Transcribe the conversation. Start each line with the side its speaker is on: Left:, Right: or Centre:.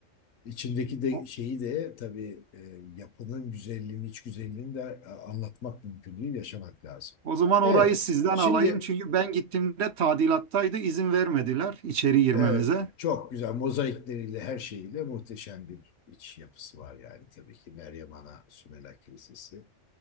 Left: İçindeki de
Right: O,
Left: şeyi de tabii e, yapının güzelliğini, iç güzelliğini de e, anlatmak mümkün değil, yaşamak lazım.
Right: o zaman
Left: Evet,
Right: orayı sizden
Left: şimdi
Right: alayım. Çünkü ben gittiğimde tadilattaydı. izin vermediler içeri girmemize.
Left: e, çok güzel mozaikleriyle her şeyiyle muhteşem bir iç yapısı var yani tabii ki Meryem Ana Sümela Kilisesi